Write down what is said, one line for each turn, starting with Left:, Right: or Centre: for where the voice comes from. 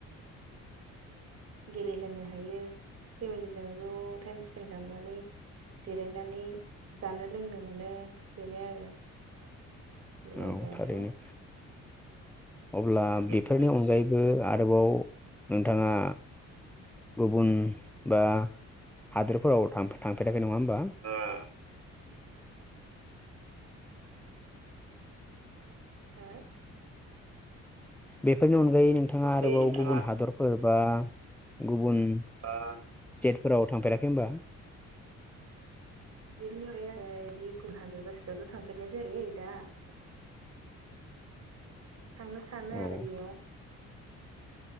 Centre: <inaudible>
Right: गेलेहोनो हायो फेमिलिजों ज' टाइम स्पेन्ड खालामनानै जिरायनानै जानो लोंनो मोनो बेनो आरो मुलाम्फायाथ'
Centre: औ थारैनो अब्ला बेफोरनि
Right: हो
Centre: अनगायैबो आरोबाव नोंथाङा गुबुन बा हादोरफोराव थांफेराखै नङा होमबा
Right: अ हा
Centre: बेफोरनि अनगायै नोंथाङा
Right: अनगायै
Centre: आरोबाव
Right: नोंथाङा
Centre: गुबुन हादरफोर बा गुबुन
Right: औ
Centre: फोराव थांफेराखै होनबा
Right: बेनि अनगायै आङो बिदि गुबुन हादार बासटावथ' थांफेरनाय जायाखै दा थांनो सानो
Centre: औ
Right: आरो इउनाव